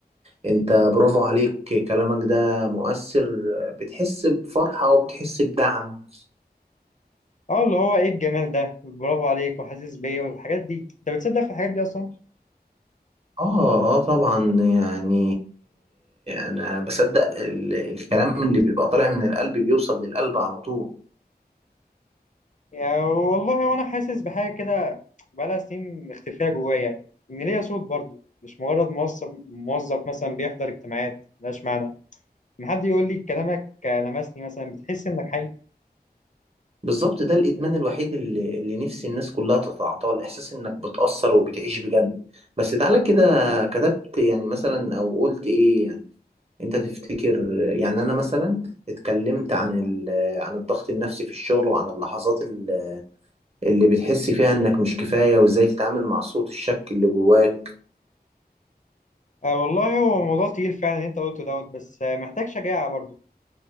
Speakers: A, on the right (about 40°); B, on the left (about 50°).
A: انت برافو عليك كلامك ده مؤثر بتحس بفرحه وبتحس بدعم
B: اه اللي هو ايه الجمال ده برافو عليك وحاسس بيا والحاجات دي انت بتصدق في الحاجات دي اصلا
A: اه اه طبعا يعني انا بصدق ال- الكلام اللي بيبقى طالع من القلب بيوصل للقلب على طول
B: يعني والله وانا حاسس بحاجه كده بقالها سنين مختفيه جوايا يعني ان ليا صوت برضو مش مجرد موظف موظف مثلا بيحضر اجتماعات ملهاش معنى لما حد يقول لي كلامك لمسني مثلا بتحس انك حي
A: بالظبط ده الادمان الوحيد اللي, اللي نفسي الناس كلها تتعاطاه الاحساس انك بتأثر وبتعيش بجد بس تعالى كده كتبت يعني مثلا او قلت ايه يعني انت تفتكر يعني انا مثلا اتكلمت عن ال- عن الضغط النفسي في الشغل وعن اللحظات ال- اللي بتحس فيها انك مش كفاية وازاي تتعامل مع صوت الشك اللي جواك
B: آه والله هو موضوع تقيل فعلا اللي انت قلته دوت بس آه، محتاج شجاعه برضو